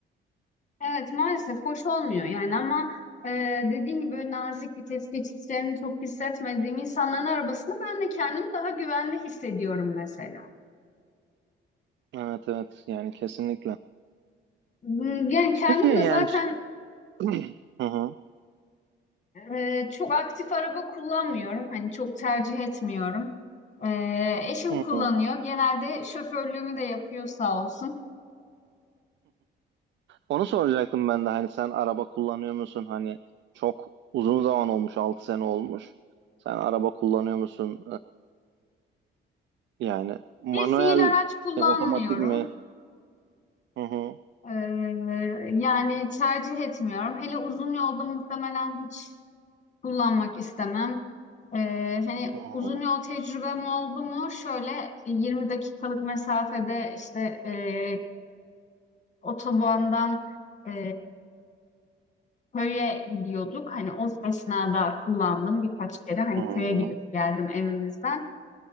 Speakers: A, on the left (about 35°); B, on the right (about 65°).
A: Evet maalesef hoş olmuyor yani ama e, dediğin gibi böyle nazik bir tetikçilerini çok hissetmediğim insanların arabasını ben de kendimi daha güvende hissediyorum mesela.
B: Evet evet yani kesinlikle.
A: Hmm, Yani kendim
B: Peki yani
A: de zaten
B: <clears throat> Hı hı.
A: e, çok aktif araba kullanmıyorum hani çok tercih etmiyorum. E, eşim
B: Hı
A: kullanıyor genelde şoförlüğümü de yapıyor sağ olsun.
B: Onu soracaktım ben de hani sen araba kullanıyor musun? Hani çok uzun zaman olmuş 6 sene olmuş. Sen araba kullanıyor musun? Ee, yani
A: Bir
B: manuel
A: fiil araç kullanmıyorum.
B: e, otomatik mi? Hı hı.
A: E, yani tercih etmiyorum. Hele uzun yolda muhtemelen hiç kullanmak istemem. Ee, hani
B: Hı hı.
A: uzun yol tecrübem oldu mu? Şöyle e, 20 dakikalık mesafede işte e, otobandan e, köye gidiyorduk. Hani o esnada kullandım birkaç kere. Hani
B: Hı hı.
A: köye gidip geldim evimizden.